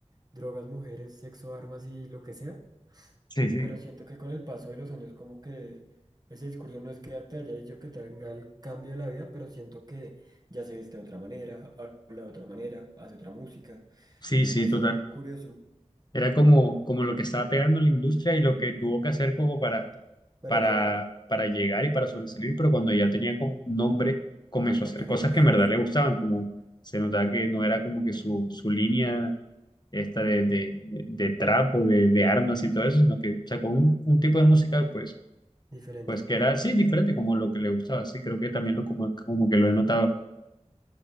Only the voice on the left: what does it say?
Sí, sí.
Sí,
sí,
total.
Era como, como lo que estaba pegando en la industria y lo que tuvo que hacer como para,
para,
para llegar y para sobresalir, pero cuando ya tenía como un nombre, comenzó
a hacer
cosas que
en verdad le gustaban, como se notaba que no era como que su, su línea esta de, de, de, de trap o de, de armas y todo eso, sino que sacó un, un tipo de música, pues
pues que era así, diferente como lo que le gustaba, sí, creo que también lo como, como que lo he notado. <laughs>